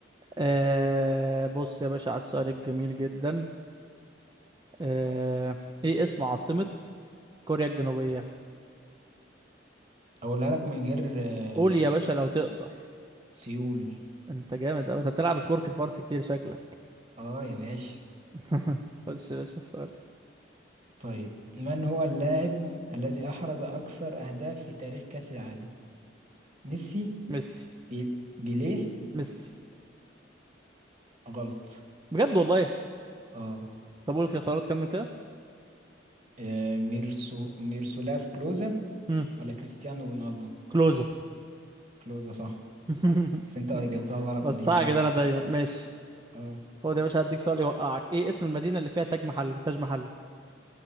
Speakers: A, on the right (about 25°); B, on the right (about 40°).
A: آه بص يا باشا على السؤال الجميل جدا آه ايه اسم عاصمة كوريا الجنوبية
B: أقولها لك من غير آه،
A: قول يا باشا لو تقدر
B: سيول
A: انت جامد قوي انت بتلعب سبورك البارت كتير شكلك
B: اه يا باشا
A: <laughs> خش يا باشا السؤال
B: طيب من هو اللاعب الذي أحرز أكثر أهداف في تاريخ كأس العالم ميسي
A: ميسي
B: بي... بيليه
A: ميسي
B: غلط
A: بجد والله
B: اه
A: طب قول الخيارات كمل كده
B: آه، ميرسو ميرسولاف كلوزا
A: امم
B: ولا كريستيانو رونالدو
A: كلوزة
B: كلوزة صح
A: <laughs>
B: بس انت جبتها غلط
A: بستعجل
B: ماليش دعوة
A: انا دايما ماشي
B: اه
A: هو ده يا باشا هديك سؤال يوقعك ايه اسم المدينة اللي فيها تاج محل تاج محل